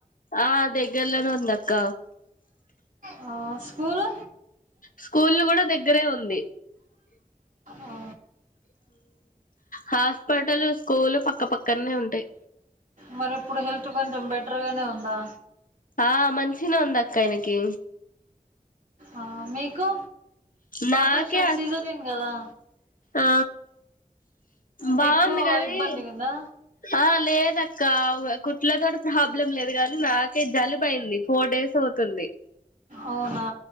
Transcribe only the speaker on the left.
ఆ దగ్గరలోనే ఉంది అక్క
స్కూల్లు కూడా దగ్గరే ఉంది
హాస్పిటల్ స్కూలు పక్క పక్కనే ఉంటాయి
ఆ మంచి గానే అక్క ఎనకి
నాకే
అస్
ఆ బాగుంది
కదిీ
ఆ లేద అక్క కుట్లతో ప్రాబ్లం లేదు కానీ నాకే జలుబ అయింది ఫోర్ డేస్ అవుతుంది